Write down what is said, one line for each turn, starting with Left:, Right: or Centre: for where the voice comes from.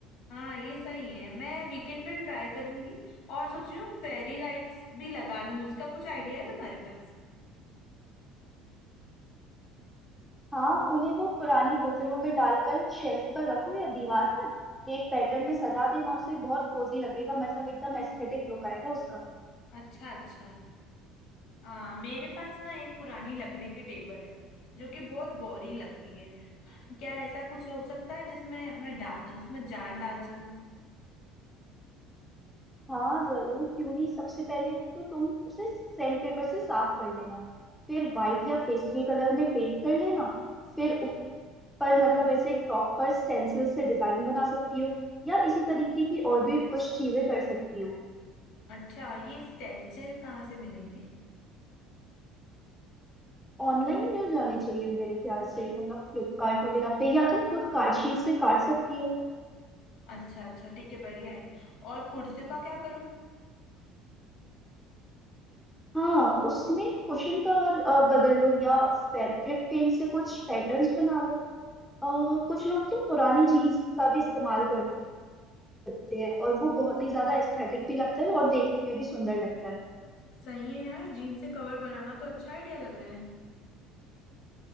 Left: हाँ ये सही है मैं वीकेंड पे ट्राई करूंगी और सोच रही हूँ फेरी लाइट्स भी लगा लूँ उसका कुछ आइडिया है तुम्हारे पास
Centre: हाँ उन्हें वो पुरानी बोतलों में डालकर शेल्फ पर रखो या दीवार पर एक पैटर्न में सजा देना उसे बहुत कोजी लगेगा मतलब एकदम एस्थेटिक लुक आएगा उसका
Left: अच्छा अच्छा हाँ मेरे पास ना एक पुरानी लकड़ी की टेबल है जो कि बहुत बोरिंग लगती है क्या ऐसा कुछ हो सकता है जिसमें मैं डाल उसमें जान डाल सकूं
Centre: हाँ जरूर क्यों नहीं सबसे पहले तो तुम उसे सैंड पेपर से साफ कर लेना फिर व्हाइट या पेस्टल कलर में पेंट कर लेना फिर उस पर मतलब ऐसे टॉप पर स्टेंसिल से डिजाइन बना सकती हो या इसी तरीके की और भी कुछ चीजें कर सकती हो
Left: अच्छा ये स्टेंसिल कहाँ से मिलेंगे
Centre: ऑनलाइन मिल जाने चाहिए मेरे ख्याल से मतलब फ्लिपकार्ट वगैरह पे या तुम खुद कार्ड शीट से काट सकती हो
Left: अच्छा अच्छा ठीक है बढ़िया है और कुर्सियों का क्या करूं
Centre: हाँ उसमें कुशन कवर अ, बदल लो या फैब्रिक पेंट से कुछ पैटर्न्स बना लो अ, कुछ लोग तो पुरानी जीन्स का भी इस्तेमाल कर करते हैं और वो बहुत ही ज्यादा एस्थेटिक भी लगता है और देखने में भी सुंदर लगता है
Left: सही है यार जीन से कवर बनाना तो अच्छा आइडिया लग रहा है